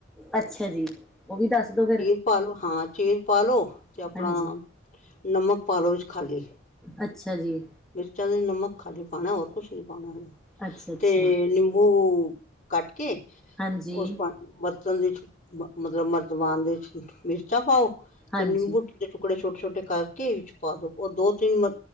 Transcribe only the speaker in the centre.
ਅੱਛਾ ਜੀ, ਓ ਓ ਵੀ ਦੱਸ ਦੋ ਫੇਰ।
ਹਾਂਜੀ
ਅੱਛਾ ਜੀ।
ਅੱਛਾ ਅੱਛਾ
ਹਾਂਜੀ
ਹਾਂਜੀ